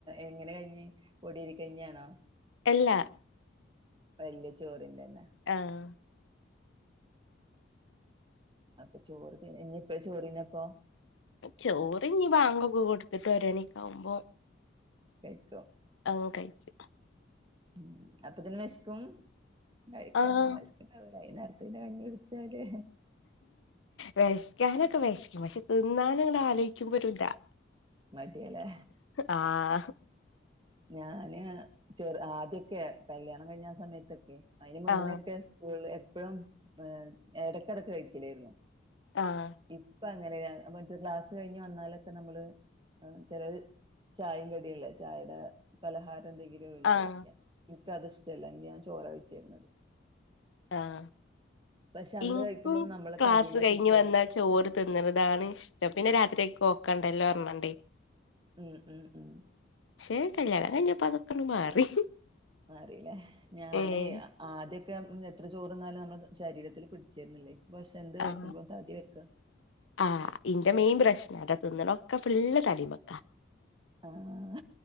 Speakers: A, on the right (about 25°); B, on the left (about 85°).
A: എങ്ങനെ കഞ്ഞി പൊടി അരി കഞ്ഞി ആണോ
B: എല്ലാ
A: വലിയ ചോറിന്റെ തന്നെ
B: ആഹ്
A: അപ്പൊ ചോറ് തിന്ന ഇഞ് എപ്പഴാ ചോറ് തിന്നപ്പോ
B: ചോറിന് ഇഞ്ഞ് ബാങ്ക് ഒക്കെകൊടുത്തിട്ട് ഒരെണിഒക്കെ ആവുമ്പോ
A: കഴിക്കോ
B: ആഹ് കഴിക്കും
A: ഉം അപ്പതിന് വിശക്കും കഴിക്കാം
B: ആഹ്
A: അ വൈ നേരത്തെ കഞ്ഞി കുടിച്ചാല്
B: വെശക്കാനൊക്കെ വെശക്കും പക്ഷെ തിന്നാന്ന് ങ്ങൾ ആലോചിക്കുമ്പോഴും ഒര് ഇതാ
A: മടിയാല്ലേ
B: ആഹ്
A: ഞാന് ചെറു ആദ്യൊക്കെ കല്യാണം കഴിഞ്ഞ സമയത്തൊക്കെ അയിന് മുന്നൊക്കെ
B: ആഹ്
A: സ്കൂളിലും എപ്പോഴും ഏ ഏടക് ഇടക്കിടക്ക് കഴിക്കലായിരുന്നു
B: ആഹ്
A: ഇപ്പൊ അങ്ങനെയ മറ്റൊ ക്ലാസ് കഴിഞ്ഞ് വന്നാലൊക്കെ നമ്മള് ചെല ചായെം കടിയല്ലേ ചായേടെ പലഹാരം എന്തെങ്കിലു ഇല്ല
B: ആഹ്
A: കഴിക്കാൻ ഇൻക്കത് ഇഷ്ടല്ല ഇന്ന് ഞാൻ ചോറ കഴിച്ചിരുന്നത്.
B: ആഹ്
A: പക്ഷെ അന്ന്
B: ഇൻക്കും
A: കഴിക്കുമ്പോ നമ്മളെ
B: ക്ലാസ്
A: തടിമ
B: കഴിഞ്
A: പിടിച്ചേരുന്നില്ല
B: വന്നാ ചോറ് തിന്ന്ണതാണ് ഇസ്ടം പിന്നെ രാത്രിക്ക് കോക്കണ്ടല്ലോ അറ്ഞ്ഞാണ്ടേ.
A: ഉം ഉം ഉം
B: ശെ കല്യാണം കഴിഅഞ്ഞപ്പൊതൊക്കെണ്ട് മാറി
A: മാറില്ലേ ഞാന്
B: ഏഹ്
A: ആദ്യൊക്കെ <unintelligible> എത്ര ചോറ്ന്നാലും നമ്മളെ ശരീരത്തില് പിടിച്ചിരുന്നില്ലേ. ഇപ പക്ഷെ എന്ത് കഴിക്കുമ്പോ
B: ആഹ്
A: താടി വെക്ക
B: ആഹ് ഇന്റെ മെയിൻ പ്രശ്നം അതാ തിന്ന്ണൊക്കെ ഫുള്ള് തടി വെക്കാ
A: ആഹ്